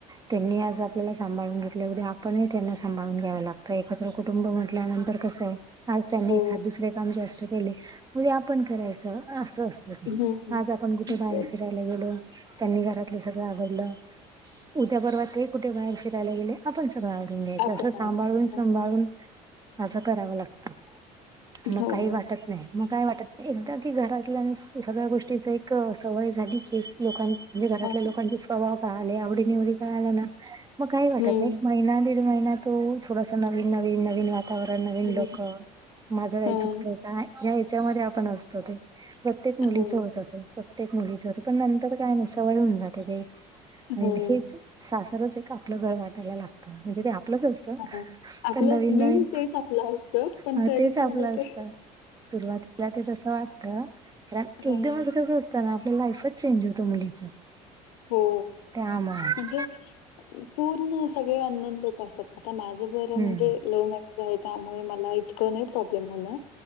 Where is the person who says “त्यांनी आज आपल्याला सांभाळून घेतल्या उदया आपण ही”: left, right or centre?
Right